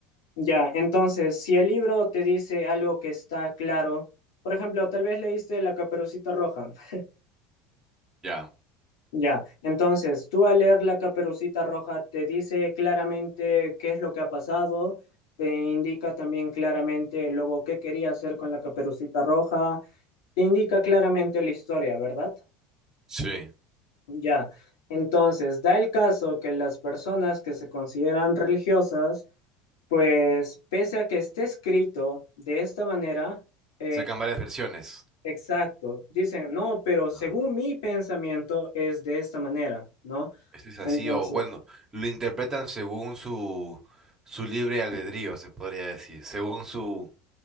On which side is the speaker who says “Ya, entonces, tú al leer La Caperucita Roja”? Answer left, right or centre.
Left